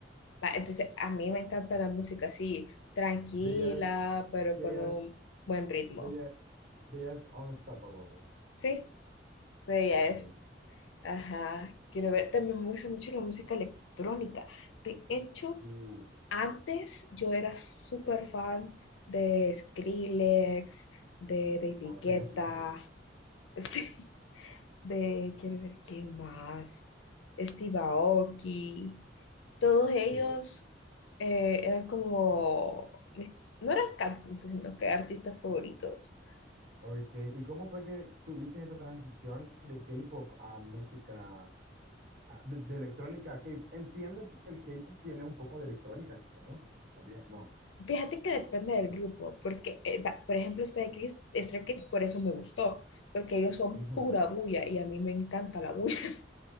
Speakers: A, on the left; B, on the right.
A: Va, entonces, a mí me encanta la música así, tranquila,
B: de ellas,
A: pero
B: de
A: con
B: ellas,
A: un buen ritmo.
B: de ellas, de ellas unstoppable.
A: Sí, de
B: Ok,
A: ella Ajá, quiero ver. También me gusta mucho la música electrónica. De hecho,
B: uh,
A: antes yo era súper fan de Skrillex, de David
B: oh, tenés
A: Guetta,
B: plante.
A: <laughs> sí, de, quiero ver quién más, Steve Aoki. Todos
B: Ok,
A: ellos eh, eran como, mis- no eran cantantes, sino que artistas favoritos.
B: ok. ¿Y cómo fue que tuviste esa transición de K-pop a música, a- de, de electrónica a K-pop? Entiendo que el K-pop tiene un poco de electrónica en su música también, ¿no?
A: Fíjate que depende del grupo, porque, eh, va, por ejemplo, este de Chris, Stray Kids, por eso me gustó, porque ellos son
B: Ujú.
A: pura bulla y a mí me encanta la bulla. <laughs>